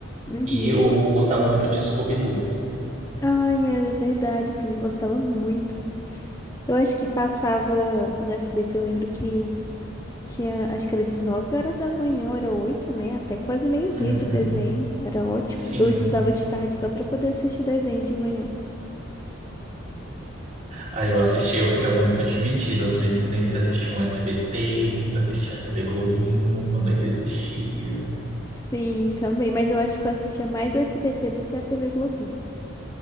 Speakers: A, on the left (about 15°); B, on the right (about 35°).
A: Uhum.
B: E eu gostava muito de Scooby-Doo.
A: Ai, é verdade, eu também gostava muito. Eu acho que passava no SBT, eu lembro que tinha, acho que era de 9 horas da manhã, ou era oito né? Até quase meio-dia
B: Uhum,
A: de desenho, era ótimo.
B: sim.
A: Eu estudava de tarde só pra poder assistir desenho de manhã.
B: Aí eu assistia, eu ficava muito dividido, às vezes, entre assistir um SBT, entre assistir a TV Globinho, quando ainda existia.
A: Sim, também, mas eu acho que eu assistia mais o SBT do que a TV Globinho.